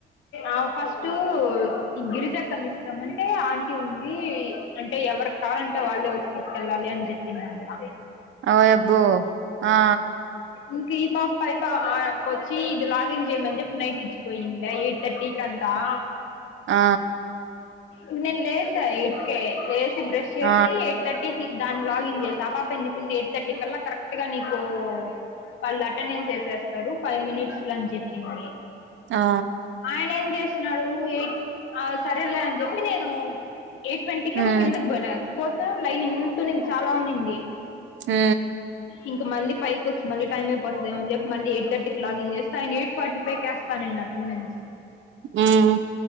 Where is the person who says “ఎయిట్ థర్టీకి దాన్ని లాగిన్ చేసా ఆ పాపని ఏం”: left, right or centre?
Left